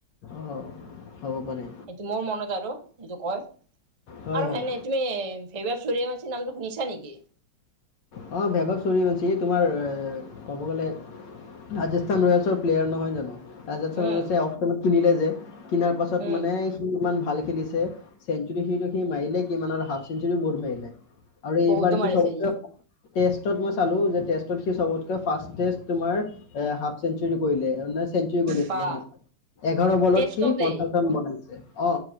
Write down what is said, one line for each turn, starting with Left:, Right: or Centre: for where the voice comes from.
Left: অঁ হ'ব পাৰে
Right: এইটো মোৰ মনত আৰু সেইটো কয়।
Left: হয়
Right: আৰু
Left: হয়
Right: সেনে তুমি ভেইভব চুৰিয়া বঞ্চি নামটো শুনিছা নেকি?
Left: অ, ভেবৱ চুৰিয়া বঞ্চি এ তোমাৰ ক'ব গ'লে ৰাজস্থান ৰয়েলছৰ প্লেয়াৰ নহয় জানো? ৰাজস্থান
Right: উম
Left: ৰয়েলচে <unintelligible> কিনিলে যে কিনাৰ পাছত
Right: উম
Left: মানে সি ইমান ভাল খেলিছে চেন সিটো সি মাৰিলে কিমান আৰু হাফ চেঞ্চুুৰী বওট মাৰিলে আৰু
Right: বহুতো
Left: এইবাৰ
Right: মাৰিছে
Left: সি চব
Right: ই
Left: ষ্ট মই চালো যে েষ্টত সি চবতক ফে তমাৰ এ হাফ চেঞ্চ কৰিলে <inaudible> চেঞ্চী গল আছে
Right: বা
Left: স এঘাৰ বলত
Right: টেষ্টতে
Left: সি পঞ্চাশ ৰান বনাইছে অ